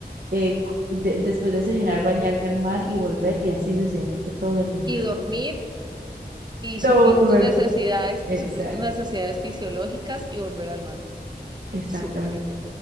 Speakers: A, on the right (about 60°); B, on the right (about 25°).
A: eh, c- de- después de desayunar, bañarme al mar y volver y así sucesivamente todo el día.
B: Y dormir y
A: Todo
B: suplir tus
A: el...
B: necesidades
A: Exacto.
B: y suplir tus necesidades fisiológicas y volver al mar.
A: Exactamente.
B: Súper.